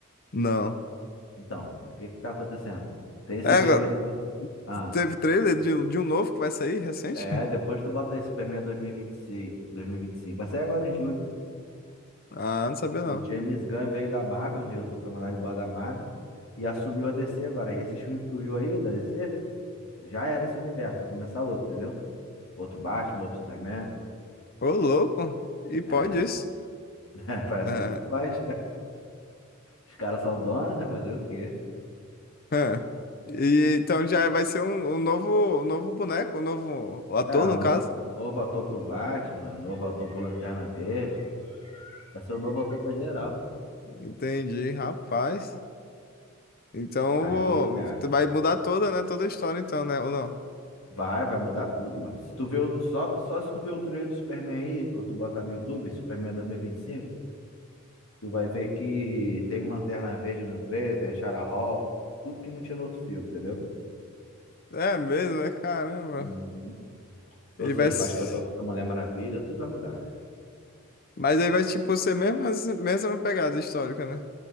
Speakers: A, on the left; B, on the left.
A: Não.
B: Então, o que que tá acontecendo? Tem esse
A: É, agora,
B: James Gunn. Ah,
A: teve trailer de, um- de um novo que vai sair recente?
B: é,
A: <laughs>
B: depois tu bota aí Superman 2026, 2025. Vai sair agora em julho.
A: Ah, não sabia
B: O
A: não.
B: James Gunn veio da Marvel, um diretor foi mandado embora da Marvel, e assumiu a DC agora. E esse filme que tu viu aí, da DC, já era esse universo, vai começar outro, entendeu? Outro Batman, outro Superman.
A: Ô, louco! E pode
B: É,
A: isso?
B: <laughs> parece
A: É.
B: que pode. Os caras são donos, né? Fazer o quê?
A: é. E então já vai ser um, um novo, um novo boneco, um novo ator,
B: É,
A: no
B: um
A: caso.
B: no- novo ator pro Batman, novo ator pro Lanterna Verde, vai ser o novo ator pra geral.
A: Entendi, rapaz. Então
B: Aí,
A: eu vou,
B: é,
A: tu vai mudar toda, né? Toda a história, então, né? Ou não?
B: vai, vai mudar tudo, mano. Se tu vê o, só, só se tu vê o trailer do Superman aí, que tu botar no YouTube, Superman 2025, Tu vai ver que tem um Lanterna Verde no 3, tem a Shara Hall, tudo que não tinha no outro filme, entendeu?
A: É mesmo, é caramba.
B: Uhum. Ou
A: E
B: seja,
A: vai. se-
B: vai escolher outra Mulher Maravilha, tudo vai mudar.
A: Mas aí vai, tipo, ser mesmo, as- mesma pegada histórica, né?